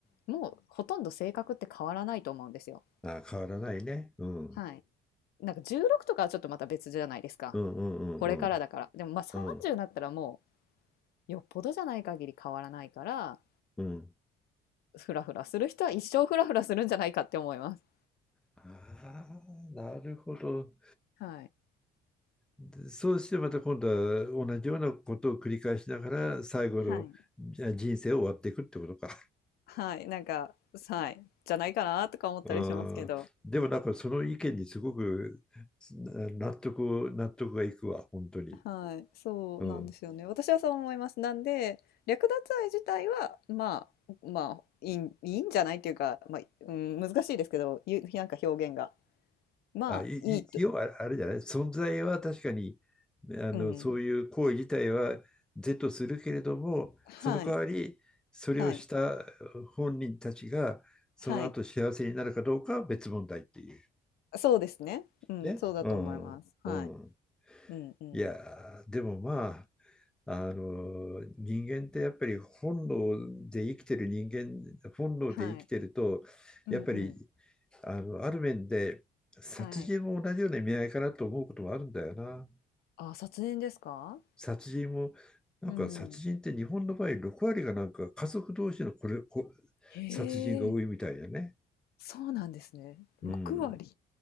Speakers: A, on the left; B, in the centre.
A: もうほとんど性格って変わらないと思うんですよ。
B: ああ、変わらないね。うん。
A: はい。なんか16とかはちょっとまた別じゃないですか。
B: うんうんうん
A: これからだから。でも、ま、あ30になったらも
B: うんうん
A: うよっぽどじゃない限り変わらないから、
B: うん。
A: フラフラする人は一生フラフラするんじゃないかって思います。
B: ああ、なるほど。
A: はい。
B: でそうしてまた今度は同じようなことを繰り返しながら最後のじゃあ人生を終わっていくってことか。
A: はい。はい、なんか、はい、じゃないかなとか思ったりしますけど。
B: ああ、でもなんかその意見にすごく納得、納得がいくわ、本当に。
A: はい、そうなんですよね。
B: うん。
A: 私はそう思います。なんで、略奪愛自体は、まあ、まあ、いいん、いいんじゃないっていうか、まあ、うん、難しいですけど、ゆ、なんか表現が。まあ、
B: あ、い、い、
A: いいと、
B: 要はあれじゃない、存在は確かに、あの、
A: うん、
B: そういう行為自体は是とするけれども、
A: はい、
B: その代わり、それをした
A: はい、
B: 本人たちが、その後幸せになるかどうかは別問題っていう。
A: はい。そうですね。うん、
B: ね。
A: そうだと思います。
B: うん。
A: はい。
B: うん。
A: うん、うん。
B: いやー、でもまあ、あの人間ってやっぱり本能で生きてる人間本能で生きてるとやっぱり
A: はい。うん、うん。
B: あのある面で殺人も同じような意味合いかなと思うこともあるんだよな
A: はい。あ、卒年ですか？
B: 殺人もなんか殺人って日本の場合6割がなんか家族同士のこれこ
A: うん。へ
B: 殺人が多いみたいだね。
A: え、そうなんですね。
B: うん、
A: 6割、